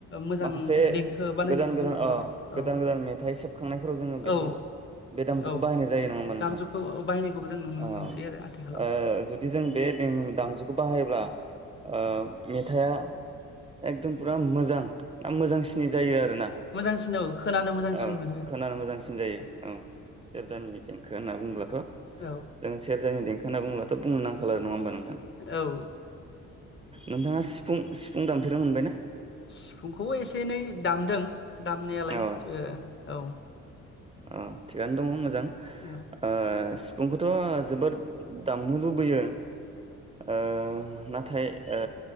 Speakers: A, on the left; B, on the right.
A: मोजां
B: माखासे
A: देंखो बानायनायखौ
B: गोदान गोदान
A: जों नुनो
B: अ गोदान
A: औ
B: गोदान मेथाइ सेबखांनायफोराव जोङो बेखौ
A: औ
B: बे दामजुखौ
A: औ
B: बाहायनाय जायो नङा होमबा नोंथां
A: दामजुखौ बाहायनायखौबो जों नुनो
B: ओ
A: मोनसै आरो आथिखालाव
B: ओ जुदि जों बे दामु बिखौ बाहायोब्ला ओ मेथाया फुंरा मोजां मोजांसिनै जायो आ रोना
A: मोजांसिन औ खोनानो मोजांसिन
B: औ
A: मोनो
B: खोनानो मोजांसिन जायो औ सेरजानि देंखो होनना बुङोब्लाथ
A: औ
B: जों सेरजानि देंखो होनना बुंंब्ला दा बुंनो नांखाला नङा ओमबा नों
A: औ
B: नोंथाङा सिफुं सिफुं दामफेरनो मोनबाय ना
A: सिफुंखौ एसे एनै दामदों दामनायालाय
B: औ
A: ओ औ
B: अ थिगानो दङ मोज जां
A: औ
B: ओ सिफुंखौथ जोबोद दामनो लुबैयो ओ नाथाय ओ